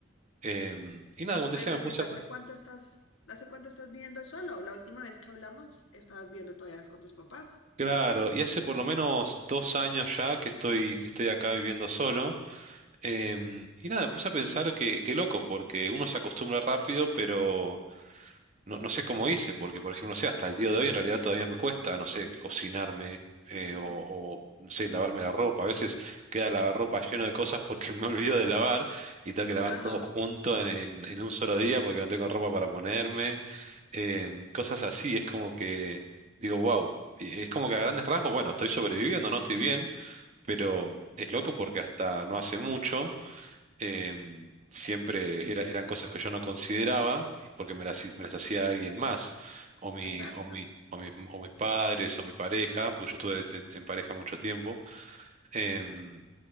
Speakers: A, on the right; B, on the left.
A: Em, y nada, como te
B: Pero
A: decía, me puse
B: ¿desde
A: a...
B: hace
A: pe-
B: cuánto estás, ¿de hace cuánto estás viviendo solo? La última vez que hablamos, estabas viviendo todavía con tus papás.
A: Claro, y hace por lo menos dos años ya que estoy, que estoy acá viviendo solo. Em, y nada, me puse a pensar que, qué loco, porque uno se acostumbra rápido, pero... No, no sé cómo hice, porque por ejemplo, no sé, hasta el día de hoy en realidad todavía me cuesta, no sé, cocinarme eh,
B: <laughs>
A: o, o, no sé, lavarme la ropa. A veces queda el lavarropa lleno de cosas porque <laughs> me olvido de lavar y tengo que lavar
B: Ajá,
A: todo junto en, en- en un solo día porque no tengo ropa para ponerme. eh, cosas así, es como que digo, wow, es como que a grandes rasgos, bueno, estoy sobreviviendo, no estoy bien, pero es loco porque hasta no hace mucho em, siempre era- eran cosas que yo no consideraba porque me las, hi- me las hacía alguien más, o mi,
B: exacto.
A: o mi, o mis, o mis padres, o mi pareja, porque yo estuve
B: Ajá.
A: de- en pareja mucho tiempo. Em,